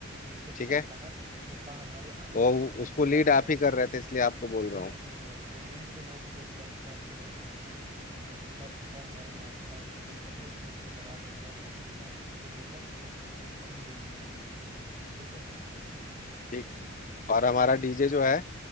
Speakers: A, on the right; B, on the left.
A: देखिए भाई
B: ठीक है
A: साहब फूफा हमारे आएंगे
B: वो
A: नागिन
B: उसको
A: डांस
B: लीड आप
A: करने
B: ही कर
A: के
B: रहे
A: लिए
B: थे इसलिए आपको बोल
A: सुनिए
B: रहा हूँ
A: सुनिए मैं लीड तो मैं भी करूंगा इस बार भी मैं ही करूंगा पिछली बार फूफा हमारे नागिन डांस के चक्कर में स्टेज पे बवाल हो गया था इस बार इसीलिए बोल रहा हूँ स्टेज में कोई कमी नहीं होनी चाहिए ठीक है
B: ठीक है और हमारा डीजे जो है